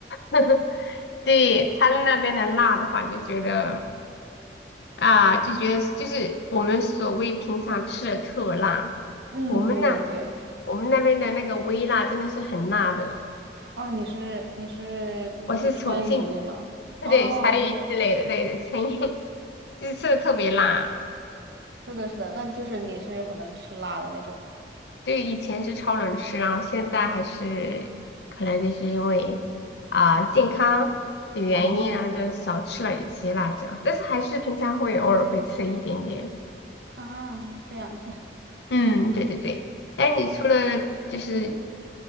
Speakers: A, on the left (about 80°); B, on the right (about 75°).
A: <laughs> 对，他们那边的辣的话，就觉得啊，就觉得就是我们所谓平常吃的特辣，
B: 嗯，
A: 我们那
B: 对对对。
A: 我们那边的那个微辣真的是很辣的。
B: 哦，你是你是就是川渝的吗？
A: 我是重庆，对，
B: 哦，
A: 川渝之类的，对的，川渝就是吃的特别辣。
B: 是的，是的，那就是你是很能吃辣的那种吗？
A: 对，以前是超能吃，然后现在还是可能就是因为啊、健康的原因，
B: 哦
A: 然后就少吃了一些辣椒，但是还是平常会偶尔会吃一点点。
B: <laughs> 啊，这样子，
A: 嗯，对对对。哎，你除了
B: 就
A: 就是